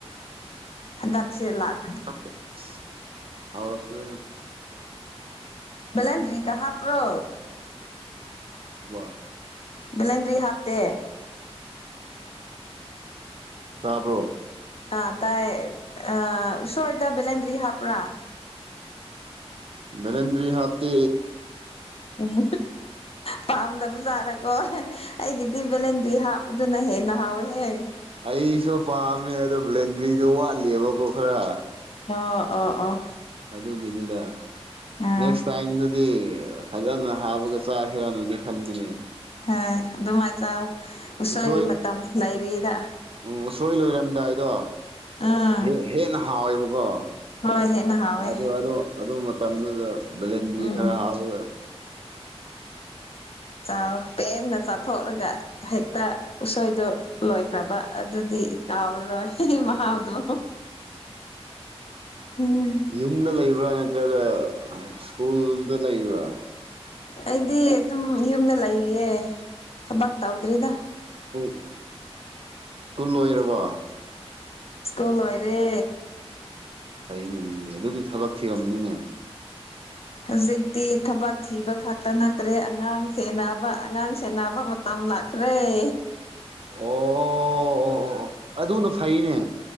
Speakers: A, on the left (about 65°); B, on the right (about 60°).
A: ꯍꯟꯗꯛꯁꯦ ꯂꯥꯛ꯫
B: <unintelligible>
A: ꯕꯦꯂꯦꯟꯗꯔ꯭ꯤꯀꯥ ꯍꯥꯞꯄ꯭ꯔꯣ꯫
B: ꯋꯥ꯫
A: ꯕꯤꯂꯦꯟꯗꯔ꯭ꯤ ꯍꯥꯞꯇꯦ꯫
B: ꯇꯥꯕ꯭ꯔꯣ꯫
A: ꯑ ꯇꯥꯏꯌꯦ ꯑꯥ ꯎꯁꯣꯏꯗ ꯕꯦꯂꯦꯟꯗꯔ꯭ꯤ ꯍꯥꯄ꯭ꯔꯥ꯫
B: ꯔꯦꯟꯗ꯭ꯔꯤ ꯍꯥꯞꯇ
A: ꯎꯝ ꯐꯥꯝꯗꯕꯨ ꯆꯂꯒ ꯑꯣꯍ ꯑꯩꯒꯤꯗꯤ ꯕꯦꯂꯦꯟꯗꯤ ꯍꯥꯞꯄꯗꯨꯅ ꯍꯦꯟꯅ ꯍꯥꯎꯋꯦꯍꯦ
B: ꯑꯩꯁꯨ ꯄꯥꯝꯃꯦ ꯑꯗꯣ ꯕ꯭ꯂꯦꯟꯗ꯭ꯔꯤꯗꯣ ꯋꯥꯠꯂꯤꯕꯀꯣ ꯈꯔ
A: ꯑꯣ ꯑꯣ ꯑꯣ
B: ꯑꯗꯨꯒꯤꯅꯤꯗ
A: ꯑꯥ
B: ꯅꯦꯛꯁ ꯇꯥꯏꯝꯗꯗꯤ ꯐꯖꯅ ꯍꯥꯞꯕꯒ ꯆꯥꯛ ꯍꯤꯔꯥꯟꯅꯗꯤ ꯈꯟꯕꯅꯦ
A: ꯍꯣꯏ ꯑꯗꯨꯃꯥꯏ ꯆꯥꯎ꯫ ꯎꯁꯣꯏꯒꯤ
B: ꯎꯁꯣꯏ
A: ꯃꯇꯝꯁꯨ ꯂꯩꯔꯤꯗ
B: ꯎꯝ ꯎꯁꯣꯏ ꯂꯣꯏꯔꯝꯗꯥꯏꯗꯣ
A: ꯎꯝ꯫
B: ꯍꯦ ꯍꯦꯟꯅ ꯍꯥꯎꯋꯦꯕꯀꯣ
A: ꯍꯣꯏ ꯍꯦꯟꯅ ꯍꯥꯎꯋꯦ
B: ꯑꯗꯨ ꯑꯗꯨ ꯃꯇꯝꯗꯨꯗ꯫ ꯕꯦꯂꯦꯟꯗꯔꯤ
A: ꯎꯝ
B: ꯈꯔ ꯍꯞꯕꯒꯥ꯫
A: ꯆꯥꯎ ꯄꯦꯟꯅ ꯆꯥꯊꯣꯛꯂꯒ ꯍꯦꯛꯇ ꯎꯁꯣꯏꯗꯨ ꯂꯣꯏꯈ꯭ꯔꯕ꯫ ꯑꯗꯨꯗꯤ ꯀꯥꯎꯔꯔꯣꯏ꯫ ꯃꯍꯥꯎꯗꯣ ꯎꯝ
B: ꯌꯨꯝꯗ ꯂꯩꯕ꯭ꯔꯥ ꯅꯠꯇ꯭ꯔꯒ ꯁ꯭ꯀꯨꯜꯗ ꯂꯩꯕ꯭ꯔꯥ
A: ꯑꯩꯗꯤ ꯑꯗꯨꯝ ꯌꯨꯝꯗ ꯂꯩꯌꯦ ꯊꯕꯛ ꯇꯧꯗ꯭ꯔꯤꯗ
B: ꯏꯁꯀꯨꯜ ꯏꯁ꯭ꯀꯨꯜ ꯂꯣꯏꯔꯕꫭ
A: ꯏꯁꯀꯨ꯭ꯜ ꯂꯣꯏꯔꯦ
B: ꯐꯩꯅꯦ ꯑꯗꯨꯗꯤ ꯊꯕꯛ ꯊꯤꯔꯝꯅꯤꯅꯦ
A: ꯍꯧꯖꯤꯛꯇꯤ ꯊꯕꯛ ꯊꯤꯕ ꯈꯛ ꯇꯠꯅꯗꯔꯦ ꯑꯉꯥꯡ ꯁꯦꯟꯅꯕ ꯑꯉꯥꯡ ꯁꯦꯟꯅꯕ ꯃꯇꯝ ꯂ ꯈꯔꯦ
B: ꯑꯣ ꯑꯣ ꯑꯣ ꯑꯣ ꯑꯗꯨꯅ ꯐꯩꯅꯦ